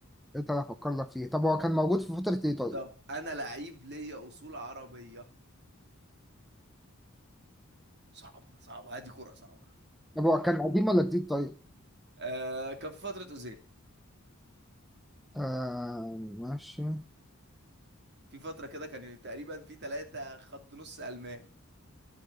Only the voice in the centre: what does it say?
انت انا افكر لك فيه طب هو كان موجود في فترة ايه طيب؟
طب هو كان قديم ولا جديد طيب؟
آه ماشي